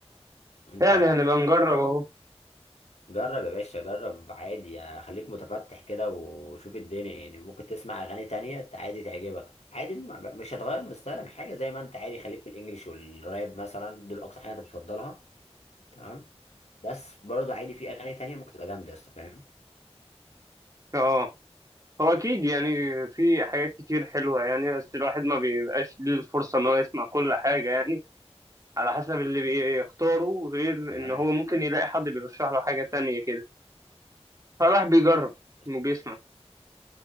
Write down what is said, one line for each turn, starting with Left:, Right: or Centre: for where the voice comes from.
Left: انت
Right: يعني هنبقى نجرب اهو
Left: جرب يا باشا جرب عادي يعني خليك متفتح كده وشوف الدنيا يعني ممكن تسمع اغاني تانية عادي تعجبك عادي ما- مش هتغير من ستايلك حاجة زي ما انت عادي خليك في الانجليش والراب مثلا دول اكتر حاجة انت بتفضلها تمام بس برضه عادي في اغاني تانية ممكن تبقى جامدة يا اسطى فاهم
Right: اه هو اكيد يعني في حاجات كتير حلوه يعني بس الواحد ما بيبقاش ليه الفرصه ان هو يسمع كل حاجه يعني على حسب اللي بيختاره غير
Left: والله
Right: ان
Left: يعني
Right: هو ممكن يلاقي حد بيرشح له حاجه تانية كده فالواحد بيجرب
Left: بس
Right: وبيسمع